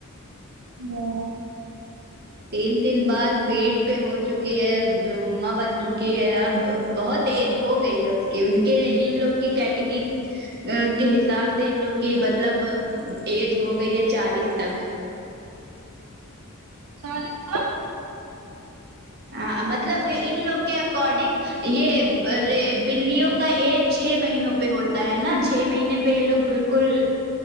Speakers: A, on the right (about 85°); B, on the right (about 50°).
A: ہاں
B: تین تین بعد فیڈ پے ہو چکی ہے اما بن چکی ہے اب بہت ایج ہو گئی ہے اس کی ان کے ان لوگ کی کیٹیگری آ کے حساب سے ان لوگ کی مطلب ایج ہو گئی ہے چالیس تک
A: سارے <unintelligible>
B: ہاں مطلب ان لوگ کے اکارڈنگ یہ ارے بلیوں کا ایج چھ مہینوں پہ ہوتا ہے نا چھ مہینے پہ یہ لوگ بالکل